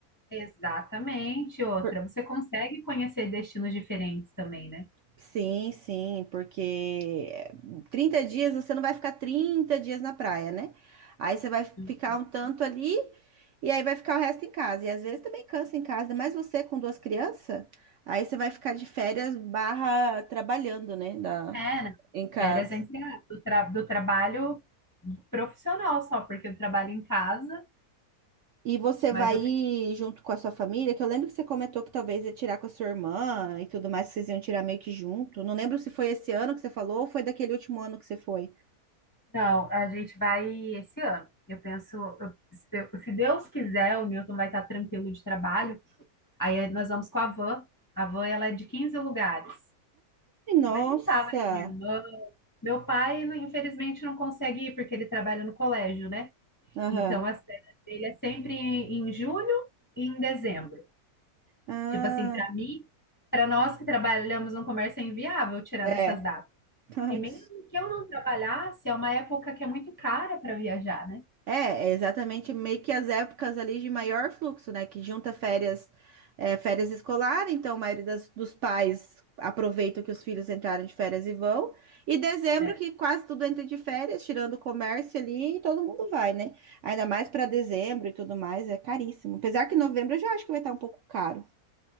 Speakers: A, on the left; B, on the right.
A: Exatamente, outra.
B: Por-
A: Você consegue conhecer destinos diferentes também, né?
B: Sim, sim, porque 30 dias você não vai ficar 30 dias na praia, né? Aí você vai ficar
A: Uhum.
B: um tanto ali e aí vai ficar o resto em casa. E às vezes também cansa em casa, mas você com duas crianças, aí você vai ficar de férias barra trabalhando, né? Da,
A: É, né?
B: em casa.
A: Férias entre a- do, tra- do trabalho profissional só, porque eu trabalho em casa,
B: E você
A: mas
B: vai
A: eu
B: ir
A: quero.
B: junto com a sua família, que eu lembro que você comentou que talvez ia tirar com a sua irmã e tudo mais, que vocês iam tirar meio que junto. Não lembro se foi esse ano que você falou ou foi daquele último ano que você foi.
A: Não, a gente vai esse ano. Eu penso, eu- se se Deus quiser, o Newton vai estar tranquilo de trabalho. Aí eh, nós vamos com a van. A van, ela é de 15 lugares.
B: Ai, nossa!
A: Aí Vai juntar, vai minha irmã. Meu pai, infelizmente, não consegue ir porque ele trabalha no colégio, né?
B: Aham.
A: Então, as férias dele é sempre em em julho e em dezembro.
B: Ah,
A: Tipo assim, para mim, para nós que trabalhamos no comércio é inviável tirar
B: é.
A: nessas datas.
B: <laughs> Ai,
A: E mesmo
B: que
A: que eu não trabalhasse, é uma época que é muito cara para viajar, né?
B: É, é exatamente meio que as épocas ali de maior fluxo, né? Que junta férias, é, férias escolar, então a maioria das- dos pais aproveita que os filhos entraram de férias e vão. E dezembro,
A: É,
B: que quase tudo entra de férias, tirando o comércio ali, e todo mundo vai, né? Ainda mais para dezembro e tudo mais, é caríssimo. Apesar que novembro eu já acho que vai estar um pouco caro.